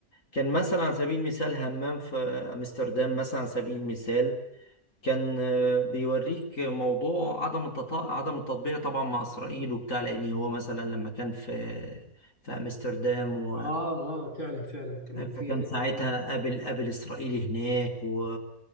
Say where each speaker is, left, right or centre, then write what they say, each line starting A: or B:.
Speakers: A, on the left; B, on the left.
A: كان مثلا على سبيل المثال همام في امستردام مثلا على سبيل المثال كان آه، بيوريك موضوع عدم التطا... عدم التطبيع طبعا مع اسرائيل وبتاع لان هو مثلا لما كان في في امستردام و...
B: اه اه فعلا فعلا كان في
A: فكان
B: حته
A: ساعتها قابل قابل اسرائيل هناك و...